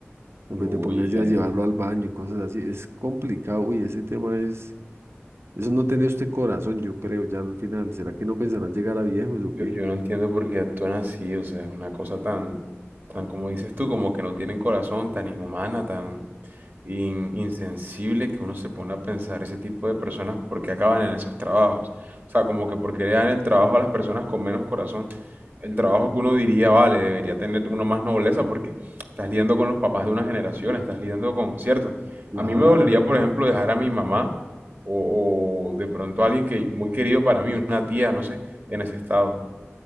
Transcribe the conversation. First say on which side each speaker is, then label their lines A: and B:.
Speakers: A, on the right; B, on the right.
A: en
B: Uy,
A: vez de ponerse a
B: es.
A: llevarlo al baño y cosas así, es complicado, uy, ese tema es, eso no tiene usted corazón, yo creo, ya al final, ¿será que no pensarán llegar a viejos o qué?
B: Yo, yo no entiendo por qué actúan así, o sea, es una cosa tan, tan como dices tú, como que no tienen corazón, tan inhumana, tan in- insensible que uno se pone a pensar ese tipo de personas porque acaban en esos trabajos. O sea, como que porque le dan el trabajo a las personas con menos corazón, el trabajo que uno diría, vale, debería tener uno más nobleza porque estás lidiando con los papás de una generación, estás lidiando con, cierto.
A: Claro,
B: A mí me dolería, por ejemplo, dejar a mi mamá o, o de pronto a alguien que muy querido para mí, una tía, no sé, en ese estado.